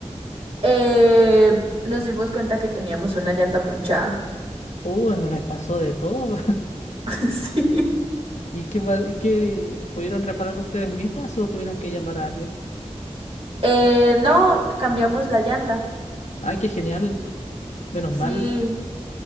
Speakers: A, on the right; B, on the left.
A: Eh, nos dimos cuenta que teníamos una llanta ponchada.
B: Uh, no les pasó de todo. <laughs>
A: <laughs> Sí.
B: ¿Y qué, va- y qué pudieron repararlo ustedes mismas o tuvieron que llamar a alguien?
A: Eh, no, cambiamos la llanta.
B: Ay, qué genial. Menos
A: Sí,
B: mal.